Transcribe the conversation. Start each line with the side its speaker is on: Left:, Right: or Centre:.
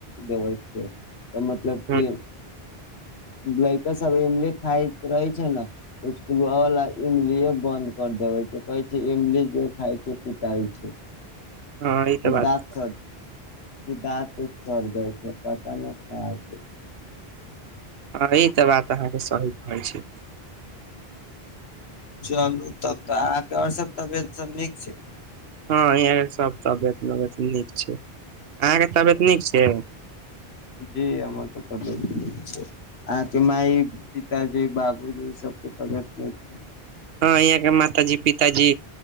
Left: देवै छै मतलब
Right: हँ
Left: कि लड़का सब इमली खायत रहै छै ने स्कूल वाला इमलिए बंद कर देबै छै कह छै इमली जो खाय छै पीताइ छै
Right: हँ ई तऽ बात
Left: दाँत सड़ कि दांत दूत चल जाइ छै पता नहि क
Right: हँ ई तऽ बात अहाँके सही कह छै
Left: चलू तब तऽ अहाँके आओर सभ तबियत सब नीक छै
Right: हँ य सब तबियत तबियत नीक छै अहाँके तबियत नीक छै
Left: जी हमर तऽ तबियत निक छै अहाँके माय पिताजी बाबूजी सबके तबियत निक छै
Right: हँ यहाँ के मातााजी पिताजी